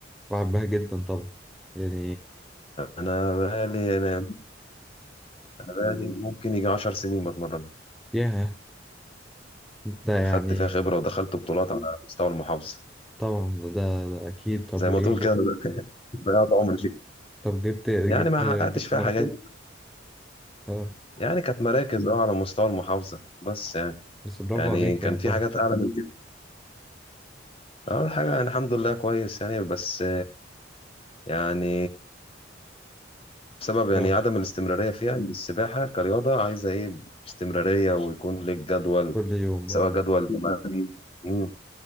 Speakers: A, in the centre; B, on the left (about 30°).
A: بحبها جدا طبعا يعني
B: انا بقالي أنا بقالي ممكن يجي عشر سنين بتمرنها
A: ياه ده يعني
B: خدت فيها خبره ودخلت بطولات على مستوى المحافظه
A: طبعا ده, ده اكيد طب
B: زي
A: وايه
B: ما تقول
A: جبت
B: كده <laughs> ضيعت عمري فيها
A: طب جبت جبت
B: يعني ما حققتش
A: جبت
B: فيها
A: مراكز
B: حاجات
A: اه
B: يعني كانت مراكز اه على مستوى المحافظة بس يعني
A: بس برافو
B: يعني
A: عليك
B: كان
A: يعني
B: في
A: طبعا
B: حاجات أعلى من كده أول حاجة يعني الحمد لله كويس يعني بس يعني بسبب يعني
A: اه
B: عدم الاستمرارية فيها إن السباحة كرياضة عايزة إيه استمرارية ويكون ليك جدول
A: كل يوم
B: سواء
A: اه
B: جدول مم،